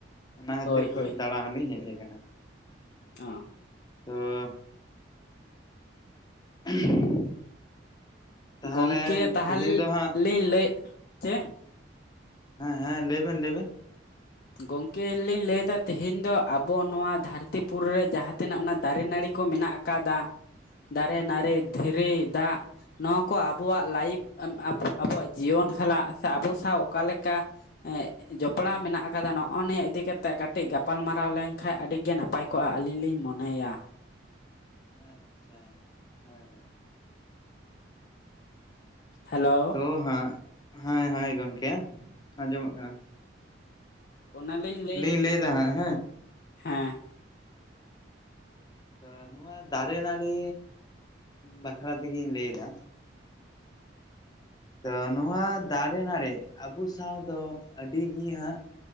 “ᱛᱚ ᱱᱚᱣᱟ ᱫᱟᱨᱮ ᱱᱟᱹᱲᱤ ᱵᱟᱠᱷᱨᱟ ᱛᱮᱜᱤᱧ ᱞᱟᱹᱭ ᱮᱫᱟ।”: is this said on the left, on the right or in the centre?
Left